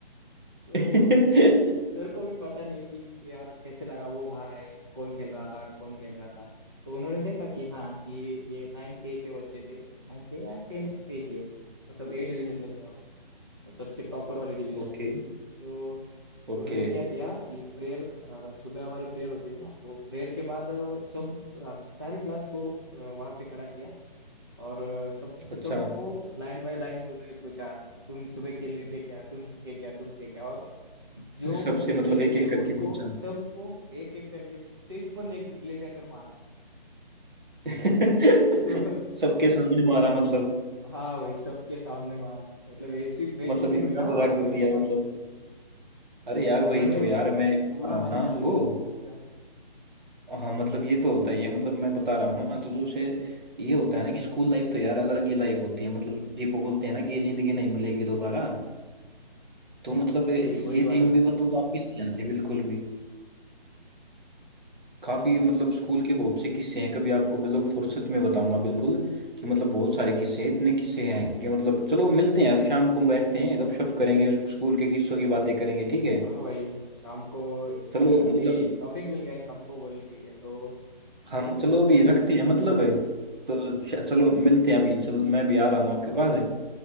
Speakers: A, on the right; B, on the right.
A: तो
B: <laughs>
A: सर को भी पता नहीं कि यार कैसे लगा वो बाहर आए कौन खेल रहा था कौन खेल रहा था तो उन्होंने देखा कि हाँ कि ये नाइन्थ ए के बच्चे थे नाइन्थ ए या टेंथ ए के मतलब ए डिवीजन में थे हम सबसे टॉपर वाले डिवीजन
B: ओके
A: तो
B: ओके
A: उन्होंने क्या किया कि प्रेयर सुबह हमारी प्रेयर होती है ना तो प्रेयर के बाद अ, सब अ, सारी क्लास को वहां पे खड़ा किया और अ, सब सबको
B: अच्छा
A: लाइन बाय लाइन उन्होंने पूछा तुम सुबह खेलने थे क्या तुम थे क्या तुम थे क्या और जो
B: सबसे
A: बच्चे खेलने
B: मतलब एक
A: थे
B: एक करके
A: उनको
B: पूछा
A: सबको एक एक करके स्टेज पर ले ले जाकर मारा
B: <laughs>
A: तो,
B: सबके
A: <laughs>
B: सामने
A: वो,
B: मारा मतलब
A: हाँ भाई सबके सामने मारा मतलब ऐसी बेइज्जती
B: मतलब इतना
A: हुई ना
B: बुरा
A: वहां
B: कर
A: पे
B: दिया मतलब अरे यार
A: तो
B: वही
A: उन्होंने
B: तो यार मैं बता
A: पूरा
B: रहा हूँ
A: बदला
B: ना आपको
A: ले लिया उस चीज का
B: हाँ मतलब ये तो होता ही है मतलब मैं बता रहा हूँ ना तो जो से ये होता है ना कि स्कूल लाइफ तो यार अलग ही लाइफ होती है मतलब ये बोलते हैं ना कि ये जिंदगी नहीं मिलेगी दोबारा तो मतलब
A: वही
B: ये
A: वही वाला
B: दिन
A: सीन
B: भी मतलब वापिस नहीं आते बिल्कुल काफ़ी मतलब स्कूल के बहुत से किस्से हैं कभी आपको मतलब फुर्सत में बताऊंगा बिल्कुल कि मतलब बहुत सारे किस्से हैं, इतने किस्से हैं कि मतलब चलो मिलते हैं अब शाम को बैठते हैं गपशप करेंगे
A: हम्म,
B: स्कूल के किस्सों की बातें करेंगे ठीक है
A: हाँ भाई शाम को
B: चलो
A: अभी
B: मतलब
A: टॉपिक मिल गया है शाम को बोलने के लिए तो बोलते
B: हाँ चलो
A: हैं,
B: अभी रखते हैं
A: मिलते
B: मतलब
A: हैं।
B: है तो श- चलो मिलते हैं अभी चल मैं भी आ रहा हूँ आपके
A: हाँ
B: पास है